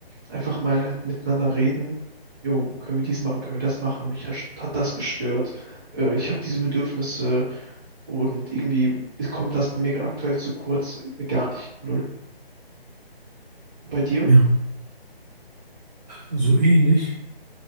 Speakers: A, on the right; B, on the right.
A: einfach mal halt miteinander reden. Jo, können wir dies machen, können wir das machen? Mich hast- hat das gestört. Äh, ich habe diese Bedürfnisse und irgendwie kommt das bei mir aktuell zu kurz. Äh, Gar nicht. Null. Bei dir?
B: Ja, so ähnlich,